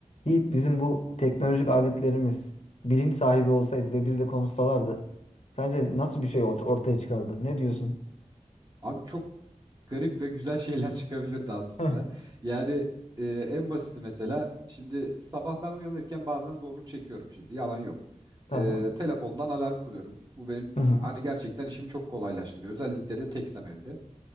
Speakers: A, on the left (about 60°); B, on the right (about 30°).
A: Yiğit bizim bu teknolojik aletlerimiz bilinç sahibi olsaydı ve bizle konuşsalardı sence nasıl bir şey ol- ortaya çıkardı? Ne diyorsun?
B: Abi çok garip ve güzel şeyler <laughs> çıkabilirdi aslında.
A: Heh,
B: Yani e, en basiti mesela şimdi sabah ben uyanırken bazen zorluk çekiyorum şimdi yalan yok.
A: Tamam.
B: E, telefondan alarm kuruyorum. Bu benim
A: Hı hı.
B: hani gerçekten işimi çok kolaylaştırıyor. Özellikle de teksem evde.